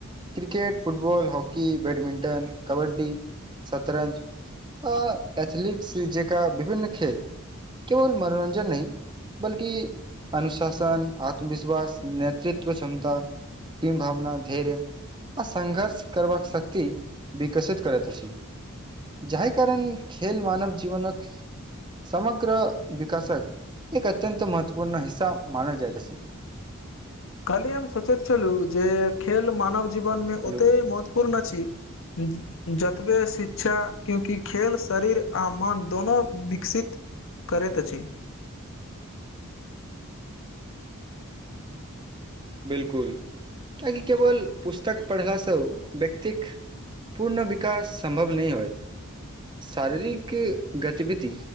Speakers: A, on the right; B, on the left.
A: cricket football hockey badminton kabaddi शतरंज अ एथलीटस जे का विभिन्न खेल केवल मनोरंजन नहि बल्कि अनुशासन आत्मविश्वास नेतृत्व क्षमता <unintelligible> भावना धैर्य आ संङघर्ष करबाक शक्ति विकसित करैत अछि जाहि कारण खेल मानव जीवनक समग्र विकासक एक अत्यन् महत्वपूर्ण हिस्सा मानल जाइत अछि
B: अर्से हम सोचैत छलहुँ जे खेल मानव जीवनमे
A: हेलो
B: ओते महत्व पूर्ण अछी हूँ जतबे शिक्षा क्यूंकि खेल शरीर आ मन दोनो विकसित करैत अछि
A: बिलकुल किएकि केवल पुस्तक पढ़लासँ व्यक्तिक पूर्ण विकास सम्भव नहि होइत शारीरिक गतिविधि